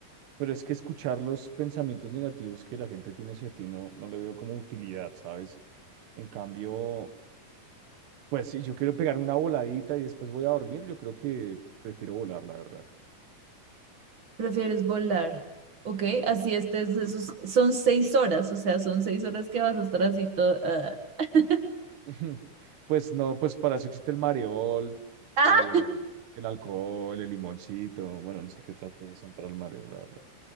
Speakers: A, on the right; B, on the right.
A: Pero es que escuchar los pensamientos negativos que la gente tiene hacia ti no, no le veo como utilidad, ¿sabes? En cambio, pues si yo quiero pegarme una voladita y después voy a dormir, yo creo que prefiero volar, la verdad.
B: Prefieres volar. Ok, así estés, esos, son seis horas, o sea, son seis horas que vas a estar así todo. ah. <laughs>
A: <laughs> Pues no, pues para eso existe el mareol,
B: Ah,
A: eh, el alcohol, el limoncito, bueno, no sé qué otras cosas son para el mareo, la verdad.